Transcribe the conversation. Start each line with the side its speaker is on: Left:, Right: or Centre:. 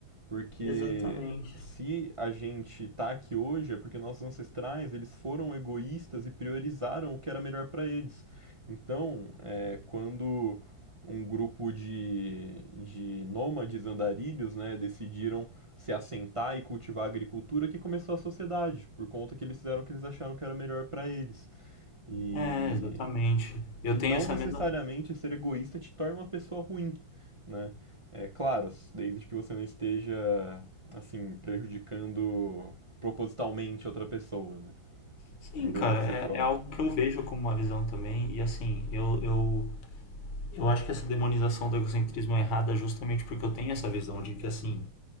Right: Porque
Left: exatamente.
Right: se a gente tá aqui hoje é porque nossos ancestrais, eles foram egoístas e priorizaram o que era melhor para eles. Então, é, quando um grupo de, de nômades andarilhos, né, decidiram se assentar e cultivar a agricultura que começou a sociedade, por conta que eles fizeram o que eles acharam que era melhor para eles. E
Left: É, exatamente. Eu
Right: e
Left: tenho
Right: não
Left: essa
Right: necessariamente
Left: mesma.
Right: ser egoísta te torna uma pessoa ruim, né? É claro, desde que você não esteja assim prejudicando propositalmente outra pessoa, né?
Left: Sim,
Right: Em benefício
Left: cara,
Right: próprio.
Left: é, é algo que eu vejo como uma visão também. E assim, eu, eu, eu acho que essa demonização do egocentrismo é errada justamente porque eu tenho essa visão de que assim.